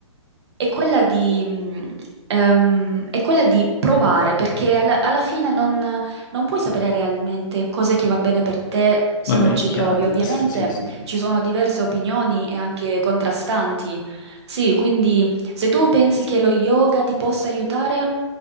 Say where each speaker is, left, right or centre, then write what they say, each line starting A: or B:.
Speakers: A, on the right; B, on the left.
A: è quella di, mh, ehm, è quella di provare, perché alla, alla fine non, non puoi sapere realmente cos'è che va bene per te se
B: vabbè,
A: non ci
B: è chiaro
A: provi. Ovviamente
B: questo, sì, sì.
A: ci sono diverse opinioni e anche contrastanti. Sì, quindi se tu pensi che lo yoga ti possa aiutare,